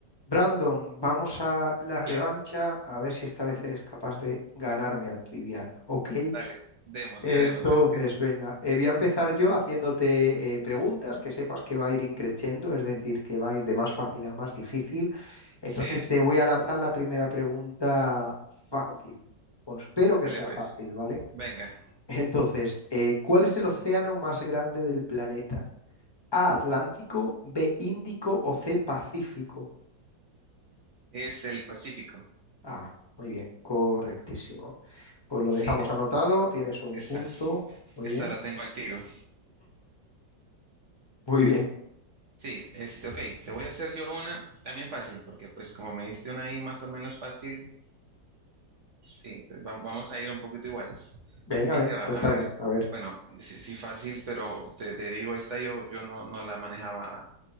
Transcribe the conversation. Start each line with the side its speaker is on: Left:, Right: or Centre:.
Left: Brandon, vamos a la revancha
Right: Claro,
Left: a ver si esta vez eres capaz de ganarme al trivial, ¿ok?
Right: dale, démosle,
Left: Entonces,
Right: démosle. que-
Left: venga, eh, voy a empezar yo haciéndote eh, preguntas que sepas que va a ir increciendo, es decir, que va a ir de más fácil a más difícil. Entonces,
Right: Sí,
Left: te voy a lanzar la primera pregunta fácil. Bueno, espero que
Right: dale
Left: sea
Right: pues.
Left: fácil, ¿vale?
Right: Venga,
Left: Entonces, eh, ¿cuál es el océano más grande del planeta? A, Atlántico, B, Índico o C, Pacífico.
Right: es el Pacífico.
Left: Ah, muy bien, correctísimo. Pues lo
Right: Sí,
Left: dejamos anotado, tienes un
Right: esa,
Left: punto. Muy
Right: esa
Left: bien,
Right: la tengo al tiro.
Left: muy bien.
Right: Sí, este, ok, te voy a hacer yo una también fácil, porque pues como me diste una ahí más o menos fácil, sí, pues, vam- vamos a ir un poquito iguales.
Left: Venga,
Right: Ahí
Left: venga,
Right: te va,
Left: cuéntame,
Right: a ver,
Left: a ver.
Right: bueno, sí, sí, fácil, pero te, te digo, esta yo, yo no, no la manejaba